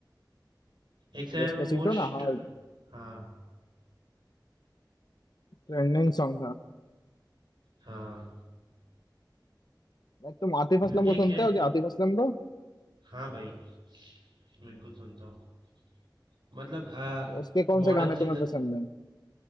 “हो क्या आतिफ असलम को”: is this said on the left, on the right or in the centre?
Left